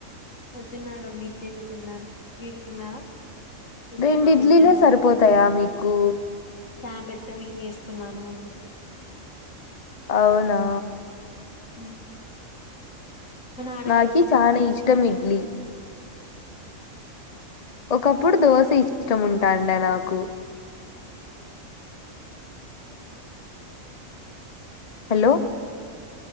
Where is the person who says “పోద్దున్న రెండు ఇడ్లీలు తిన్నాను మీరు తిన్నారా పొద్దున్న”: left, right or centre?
Left